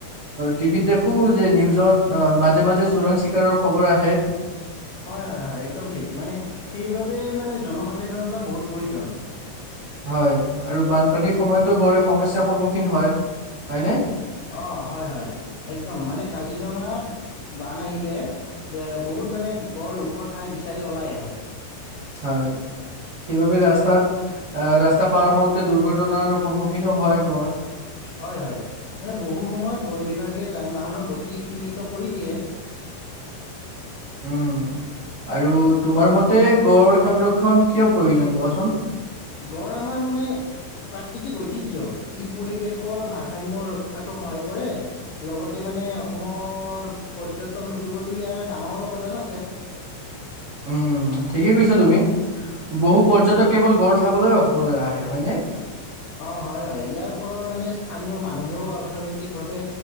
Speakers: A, on the right; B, on the left.
A: টিভিত দেখো যে নিউজত মাজে মাজে চোৰাং চিকাৰৰ খবৰ আহে।
B: হয়, হয়, হয় একদম ঠিক মানে সেইবাবে মানে জনসচেতনতা বহুত প্ৰয়োজন।
A: হয় আৰু বানপানী। সময়তো গঁড়ে সমস্যাৰ সন্মুখীন হয় হয় ন।
B: অ, হয় হয় একদম মানে কাজিৰঙাত বান আহিলে বহুত মানে গড় ওখ ঠাই বিচাৰি ওলাই আহে।
A: হয় সেইবাবে ৰাস্তাত আহ ৰাস্তা পাৰ হওঁতে দুৰ্ঘটনাৰ সন্মুখীনো হয় গড়।
B: হয় হয় মানে বহু সময়ত বন বিভাগে যান বাহনৰ গতি সীমিত কৰি দিয়ে।
A: উম আৰু তোমাৰ মতে গড় সংৰক্ষণ কিয় প্ৰয়োজন কোৱাচোন।
B: গড় আমাৰ মানে প্ৰাকৃতিক ঐতিহ্য ই পৰিৱেশৰ ভাৰসাম্য ৰক্ষাতো সহায় কৰে লগতে মানে অসমৰ পৰ্যটন উদ্যোগতো ইয়াৰ ডাঙৰ অৱদান আছে।
A: উম ঠিকেই কৈছা তুমি বহু পৰ্যটক কেৱল গড় চাবলৈ অসমলৈ আহে হয়নে।
B: অ, হয়-হয় ইয়াৰ ফলত মানে স্থানীয় মানুহেওঁ অৰ্থনৈতিকভাৱে